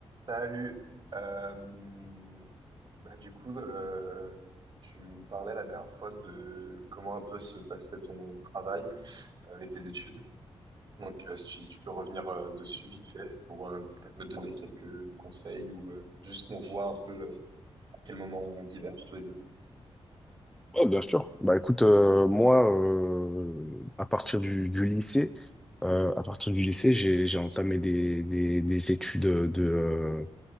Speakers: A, on the right (about 50°); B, in the centre.
A: Salut. Euh, bah, du coup, euh, tu me parlais la dernière fois de comment un peu se passait ton travail euh, et tes études. Donc, euh, si tu peux revenir euh, dessus vite fait pour euh, peut-être me donner quelques conseils ou euh, juste qu'on voit un peu euh, à quel moment on diverge tous les deux.
B: Ouais, bien sûr. Bah écoute, euh, moi, euh, à partir du, du lycée, euh, à partir du lycée, j'ai j'ai entamé des, des, des études de. euh,